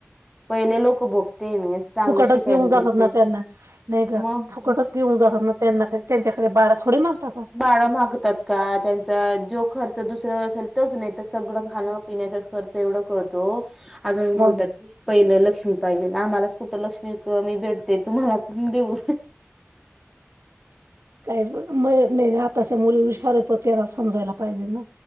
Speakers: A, in the centre; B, on the right (about 75°).
A: पहिले लोक भोगते मी चांगलं
B: फुकटच
A: शिकायला
B: घेऊन जातात
A: भेटते
B: ना त्यांना नाही ग
A: मग
B: फुकटच घेऊन जातात ना त्यांना काय त्यांच्याकडे बारा थोडे मागता का
A: बाळ मागतात का त्यां जो खर्च दुसर असेल तोच नाही तर सगळं खाण पिण्याचा खर्च एवढं करतो अजून
B: मग
A: बोलतात की पहिलं लक्ष्मी पाहिजे आम्हालाच कुठं लक्ष्मी क मी भेडते तुम्हाला कण देऊ
B: काही म नाही आताच्या मुली हुशार प त्यांना समजायला पाहिजे ना